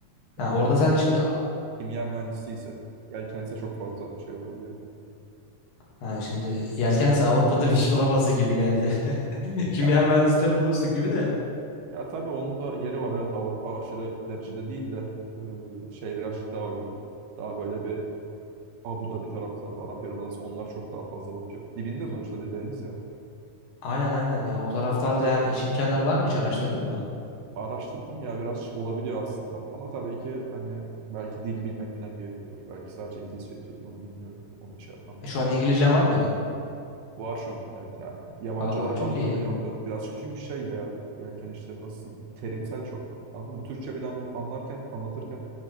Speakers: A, on the left; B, on the right.
A: Ha,
B: Ya konser
A: orada sen şimdi
B: şeyse, kimya mühendisi ise yelkense çok fazla şey olabiliyor.
A: ha, şimdi yelkense Avrupa'da bir iş bulamazsın gibi geldi. <laughs> Kimya
B: Ya, ta-
A: mühendisliği bulursun gibi de.
B: ya tabii onun da yeri var evet Avrupa aşırı derecede değil de e, şey biraz daha uygun. Daha böyle bir Abu Dhabi tarafları, Arap Yarımadası onlar çok daha fazla bakıyor. Dibinde sonuçta de- deniz ya.
A: Aynen aynen ya o taraflarda yani iş imkanları var mı hiç araştırdın mı?
B: Araştırdım ya biraz olabiliyor aslında. Ama tabii ki hani belki dil bilmek falan gerekiyordur. Belki sadece İngilizce yetiyordur onu bilmiyorum. Onu bir şey yapmam
A: E,
B: lazım.
A: Şu an İngilizcen var mıydı?
B: Var şu an evet. Ya yabancı
A: Aa
B: olarak
A: çok
B: anlatabiliyorum
A: iyi.
B: da. Birazcık çünkü şey ya yelken işleri nasıl diyeyim. Terimsel çok. Anladın mı? Türkçe bir de anla- anlarken anlatırken